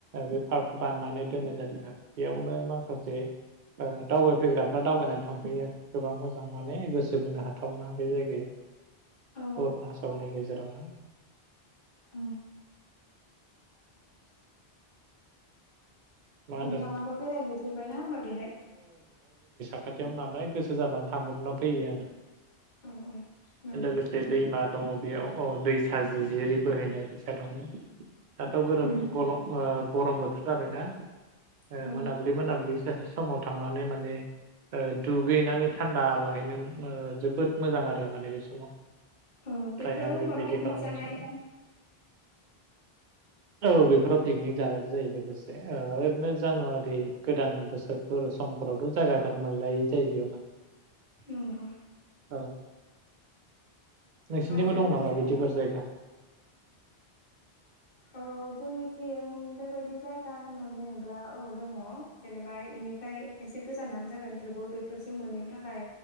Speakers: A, on the right (about 55°); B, on the left (about 50°).
A: बे पार्क बाननानै दोननाय जादों आरो बेयावनो माखासे दावबायफैग्राफ्रा दावबायनानै थांफैयो आरो गोबां मोजां माने गोसो होनो हाथावना बे जायगाया
B: औ
A: अरूनाचलनि गेजेरावनो
B: उम <unintelligible>
A: मा होनदों
B: नोंथाङाबो
A: नोंथां
B: बेरायहैफेरबाय ना होमबा बेहाय
A: साखाथियावनो नालाय गोसो जाबानो थांब्रबना फैयो आङो
B: अ औ नंगौ
A: लोगोसे दैमा दङ बेयाव अ दै साजि जिरि बोहैनाय दैसा दङ दाथाव गरोम
B: उम
A: गरम गरम बोथोर जाबायना ओ
B: औ
A: मोनाब्लि मोनाब्लि सासे समाव थांनानै माने ओ दुगैनानै थान्दा लाहैनो जोबोद मोजां आरो माने बे समाव
B: औ
A: फ्रायानो
B: बेफोराव होमबा
A: बेबायदि
B: पिकनिक
A: खालामनाय
B: जानाय
A: सम औ बेफोराव पिकनिक जानायबो जायो लोगोसे ओ बिदिनो जानुवारि गोदान बोसोरफोर समफोरावथ' जायागाखोनो मोनलायै जायो बेयाव माने
B: नंगौ
A: औ नोंसिनिबो
B: आरो
A: दं नामा
B: जेनेबा
A: बिदि फोर जायगा
B: औ जोंनिथिं बेबायदि जायगा होनना बुङोब्ला औ दङ जेनेबा इनिफ्राय एसे गोजानानो जागोन थेवबो बेफोरसो मोनैनि थाखाय